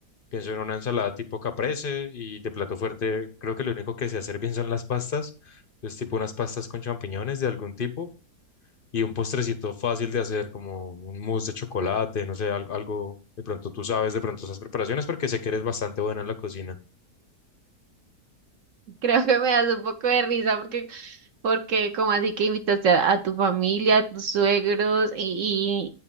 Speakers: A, on the left (about 55°); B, on the right (about 60°).
A: Pienso en una ensalada tipo caprese y de plato fuerte creo que lo único que sé hacer bien son las pastas. Es tipo unas pastas con champiñones de algún tipo y un postrecito fácil de hacer como un mousse de chocolate, no sé, al- algo, de pronto tú sabes de pronto esas preparaciones porque sé que eres bastante buena en la cocina.
B: Creo que me das un poco de risa porque, porque como así que invitaste a, a tu familia, a tus suegros y,